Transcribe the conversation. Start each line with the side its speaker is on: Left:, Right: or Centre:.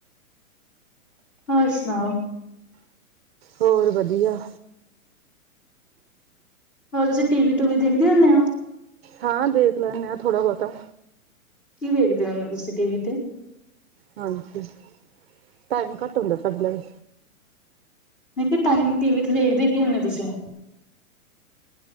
Left: ਹੋਰ ਸੁਣਾਓ?
Right: ਹੋਰ ਵਧੀਆ।
Left: ਹੋਰ ਤੁਸੀਂ ਟੀ ਵੀ-ਟੂ ਵੀ ਦੇਖਦੇ ਹੁੰਦੇ ਹੋ?
Right: ਹਾਂ ਦੇਖ ਲੈਂਣੇ ਆ ਥੋੜ੍ਹਾ- ਬਹੁਤਾ।
Left: ਕੀ ਵੇਖਦੇ ਹੋੁਣੇ ਤੁਸੀਂ ਟੀ ਵੀ ਤੇ?
Right: ਹਾਂਜੀ, ਟਾਈਮ ਘੱਟ ਹੁੰਦਾ ਸਾਡੇ ਲਵੇ।
Left: ਨਹੀਂ ਫਿਰ ਟਾਈਮ ਟੀ ਵੀ ਤੇ ਦੇਖਦੇ ਕੀ ਹੋਣੇ ਹੋ ਤੁਸੀਂ?